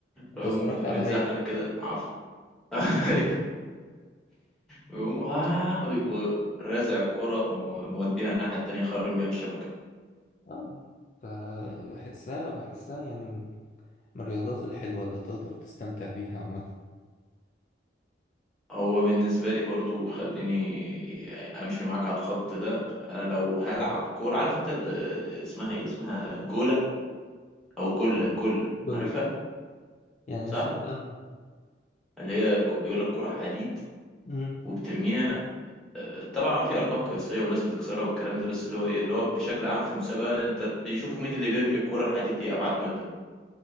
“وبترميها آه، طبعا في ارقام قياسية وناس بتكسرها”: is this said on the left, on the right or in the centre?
Centre